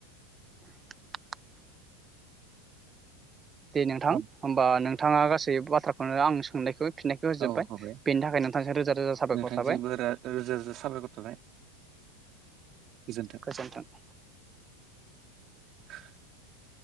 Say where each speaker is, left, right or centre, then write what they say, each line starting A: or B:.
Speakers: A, on the right; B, on the right.
A: <unintelligible> दे नोंथां
B: औ
A: होमबा नों नोंथाङा गासै बाथ्राखौनो आं सोंनायखो फिननायखौ होजोब्बाय
B: औ हाबाय
A: बेनि थाखाय नोंथांजों रोजा रोजा साबायखर
B: नोंथांसिमबो
A: थाबाय।
B: रोजा रोजा साबायखर थाबाय गोजोन्थों
A: गोजोनथों
B: <inaudible>